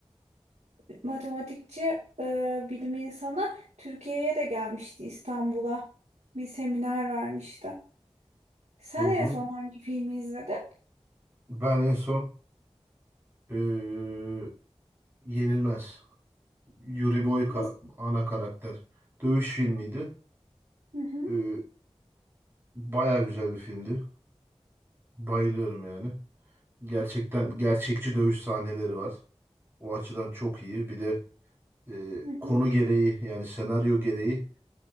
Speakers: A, on the right (about 80°); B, on the right (about 20°).
A: e, matematikçi e, bilim insanı Türkiye'ye de gelmişti İstanbul'a. Bir seminer vermişti. Sen
B: Hı hı.
A: en son hangi filmi izledin?
B: Ben en son ee, Yenilmez. Yuri
A: Hmm,
B: Boyka
A: Nasıl?
B: ana karakter. Dövüş filmiydi.
A: Hı hı,
B: Ee, baya güzel bir filmdi. Bayılıyorum yani. Gerçekten gerçekçi dövüş sahneleri var. O açıdan çok iyi. Bir de ee,
A: hı hı,
B: konu gereği yani senaryo gereği